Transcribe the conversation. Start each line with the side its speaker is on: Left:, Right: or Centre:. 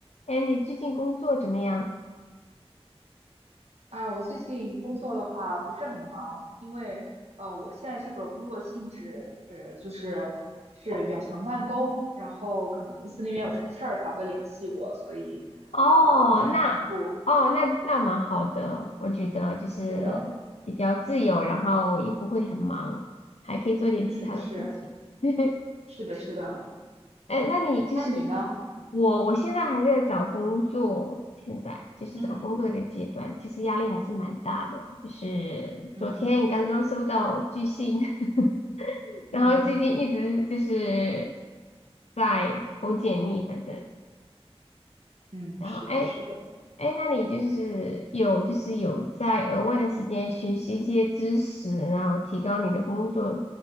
Left: 哎，你最近工作怎么样？
Right: 啊，我最近工作的话不是很忙，因为呃，我现在这个工作性质，呃，就是是远程办公，然后可能公司那边有什么事儿才会联系我，所以呃，
Left: 哦，
Right: 我不是很忙碌。
Left: 那哦，那那蛮好的，我觉得就是比较自由，
Right: 是的，
Left: 然后也不会很忙，还可以做点其他的事情。
Right: 嗯，是
Left: <laughs>
Right: 是的，是的。
Left: 哎，那你就是
Right: 那你呢？
Left: 我，我现在还在找工作，现在就是找工作的一个阶段，
Right: 嗯
Left: 其实压力还是蛮大的。就是昨天刚刚收到拒信，
Right: 嗯
Left: <laughs> 然后最近一直就是
Right: 嗯
Left: 在投简历，反正。
Right: 嗯，
Left: 然后，
Right: 是的，
Left: 哎，
Right: 是的。
Left: 哎，那你就是有就是有在额外的时间学习一些知识，然后提高你的工作